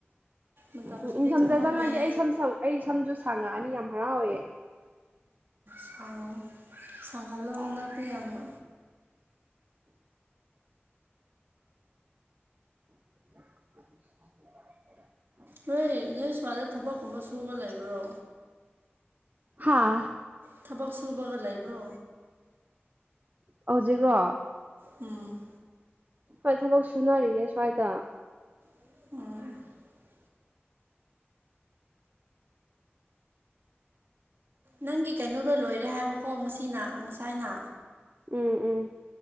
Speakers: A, on the right (about 60°); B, on the right (about 40°).
A: ꯃꯇꯝꯁꯤꯗꯤ
B: ꯎ ꯏꯪꯊꯝꯊꯥ
A: ꯈꯪꯍꯧꯗꯦ
B: ꯆꯪꯉꯗꯤ ꯑꯩ ꯁꯝ ꯁꯝ ꯑꯩ ꯁꯝꯁꯨ ꯁꯥꯛꯉꯛ ꯑꯅꯤ ꯌꯥꯝ ꯍꯔꯥꯎꯋꯦ
A: ꯁꯥꯡꯉꯣ ꯁꯥꯡꯍꯜꯂꯣ ꯍꯟꯗꯛꯇꯤ ꯌꯥꯝꯅ
B: <inaudible>
A: ꯅꯣꯏ ꯅꯣꯏ ꯁ꯭ꯋꯥꯏꯗ ꯊꯕꯛ ꯀꯨꯝꯕ ꯁꯨꯕ ꯂꯩꯕ꯭ꯔꯣ
B: ꯍꯥꯥ
A: ꯊꯕꯛ ꯁꯨꯕꯒ ꯂꯩꯕ꯭ꯔꯣ
B: ꯍꯧꯖꯤꯛ꯭ꯔꯣ
A: ꯎꯝ
B: ꯍꯣꯏ ꯊꯕꯛ ꯁꯨꯅꯔꯤꯌꯦ ꯁ꯭ꯋꯥꯏꯗ
A: ꯑꯣ ꯅꯪꯒꯤ ꯀꯩꯅꯣꯗꯣ ꯂꯣꯏꯔꯦ ꯍꯥꯏꯕꯀꯣ ꯉꯁꯤꯅ ꯉꯁꯥꯏꯅ
B: ꯎꯝ ꯎꯝ